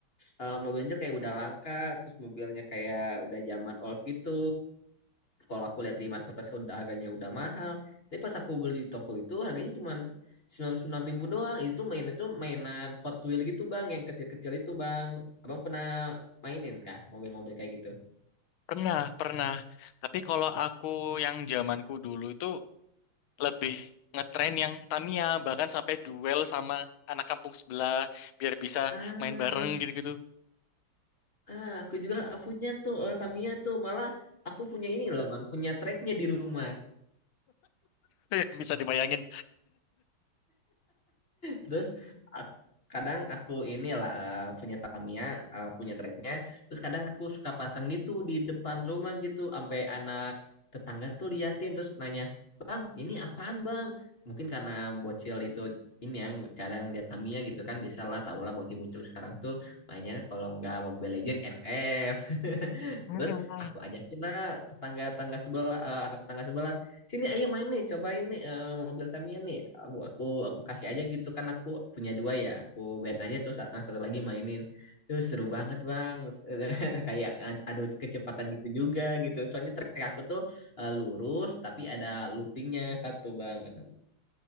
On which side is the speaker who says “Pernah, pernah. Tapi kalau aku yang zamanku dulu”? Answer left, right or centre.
Left